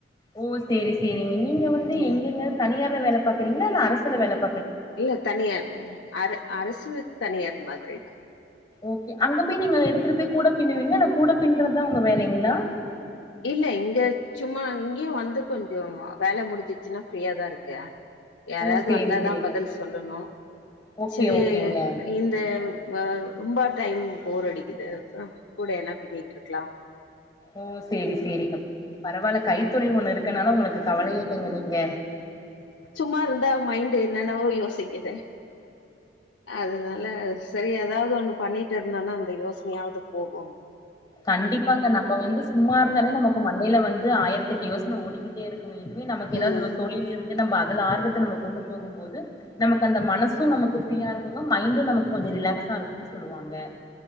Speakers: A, on the left (about 20°); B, on the left (about 80°).
A: ஓ சேரி சேரிங்க நீங்க வந்து
B: ம்
A: எங்கெங்க தனியார்ல வேல பாக்குறிங்ளா இல்ல அரசுல வேலப்
B: இல்ல தனியார் அர அரசு தனியார் மாதிரி தா
A: ஓக்கே அங்க போய் நீங்க எடுத்துட்டு போய் கூட பின்னுவிங்ளா இல்ல கூட பின்றத்தா உங்க வேலைங்ளா
B: இல்ல இங்க சும்மா இங்யு வந்து கொஞ்சோ வேல முடிஞ்சிச்சின்னா ஃப்ரீயாதா இருக்க யாரயாது
A: ஓ சேரி
B: வந்தாதா
A: சேரிங்க
B: பதில் சொல்லணு
A: ஓகே
B: செரி
A: ஓகேங்க
B: இந்த வ ரொம்ப டைம் போர் அடிக்குது அதா கூட எத்னா பின்னிங்ட்ருக்லா
A: ஓ சேரி சேரிங்க பரவால்ல கைத்தொழில் ஒண்ணு இருக்கனால உங்ளுக்கு கவலய இல்லைக்ஷங்க நீங்க
B: சும்மாருந்தா மைண்டு இன்னென்னாவோ யோசிக்குது அதனால செரி எதாவ்து ஒண்ணு பண்ணிட்டுருந்தோணா அந்த யோஸ்னயாவுது போகும்
A: கண்டிப்பாங்க நம்ப வந்து ஸ் சும்மா இருந்தாலே நமக்கு மண்டைல வந்து ஆய்ரத் எட்டு யோஸ்ன ஓடிக்கிட்டேருக்கு இதுவே நமக்கு எதாது
B: ம்
A: ஒரு தொழில் இருந் நம்ப அதுல ஆர்வத்த நம்ம கொண்டு போகு போது நமக்கு அந்த மனசு நமக்கு ஃப்ரியா இருக்குங்கோ மைண்டு நமக்கு கொஞ்சோ ரிலாக்ஸாருக்குன் சொல்லுவாங்க